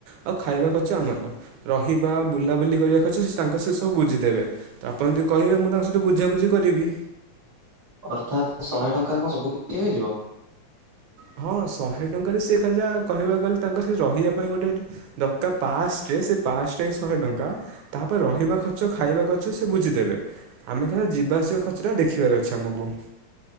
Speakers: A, on the right; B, on the right.
A: ଆଉ ଖାଇବା ଖର୍ଚ୍ଚ ଆମର, ରହିବା ବୁଲାବୁଲି କରିବା ଖର୍ଚ୍ଚ ତାଙ୍କ ସେ ସବୁ ବୁଝିଦେବେ। ତ ଆପଣ ଯଦି କହିବେ ମୁଁ ତାଙ୍କ ସହିତ ବୁଝାବୁଝି କରିବି।
B: ଅର୍ଥାତ୍ ଶହେ ଟଙ୍କାରେ କଣ ସବୁ କିିଛି ହେଇଯିବ।
A: ହଁ ଶହେ ଟଙ୍କାରେ ସେିଏ କା ଯାହା କହିବାକୁ ଗଲେ ତାଙ୍କ ସେ ରହିବା ପାଇଁ ଗୋଟେ ଦକା ପାଶରେ ସେ ପାଶଟା ହଁ ଶହେ ଟଙ୍କା। ତାପରେ ରହିବା ଖର୍ଚ୍ଚ ଖାଇବା ଖର୍ଚ୍ଚ ସେ ବୁଝିଦେବେ। ଆମେ ଖାଲି ଯିବା ଆସିବା ଖର୍ଚ୍ଚ ଟା ଦେଖିବାର ଅଛି ଆମକୁ।